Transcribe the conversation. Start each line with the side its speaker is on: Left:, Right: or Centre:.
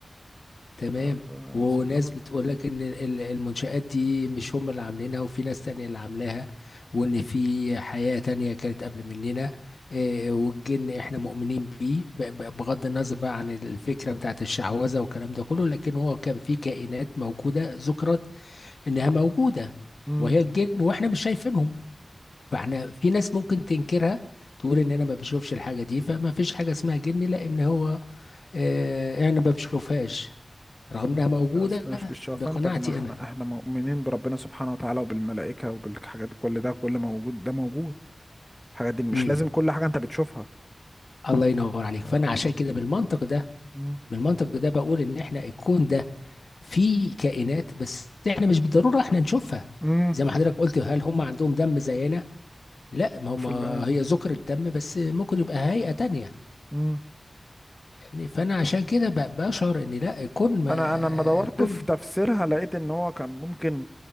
Centre: ف...
Left: تمام
Centre: آه،
Left: وناس
Centre: سبحان الله
Left: بتقول لك ان ال- ال- المنشآت دي مش هم اللي عاملينها وفي ناس تانية اللي عاملاها وان في حياة تانية كانت قبل مننا آه والجن احنا مؤمنين بيه ب- ب- بغض النظر بقى عن الفكرة بتاعت الشعوذة والكلام ده كله لكن هو كان في كائنات موجودة ذكرت انها موجوده
Centre: امم
Left: وهي الجن واحنا مش شايفينهم فاحنا في ناس ممكن تنكرها تقول ان انا ما بشوفش الحاجه دي فما فيش حاجه اسمها جن لان هو آه انا ما بشوفهاش رغم انها موجوده
Centre: لا اصل مش بالشوفان
Left: بقناعتي
Centre: طب ما احنا
Left: انا
Centre: احنا مؤمنين بربنا سبحانه وتعالى وبالملائكه وبالحاجات دي، كل ده كل موجود ده موجود الحاجات دي مش
Left: امم
Centre: لازم كل حاجه انت بتشوفها
Left: الله ينور عليك
Centre: آه،
Left: فانا
Centre: مش
Left: عشان كده بالمنطق ده
Centre: امم
Left: بالمنطق ده بقول ان احنا الكون ده فيه كائنات بس احنا مش بالضروره احنا نشوفها
Centre: امم
Left: زي ما حضرتك قلت هل هم عندهم دم زينا لا ما هم
Centre: في ال...
Left: هي ذكر الدم بس ممكن يبقى هيئه تانية
Centre: امم
Left: يعني فانا عشان كده ب- بشعر ان لا يكون ما
Centre: انا انا لما دورت
Left: يكون
Centre: في تفسيرها لقيت ان هو كان ممكن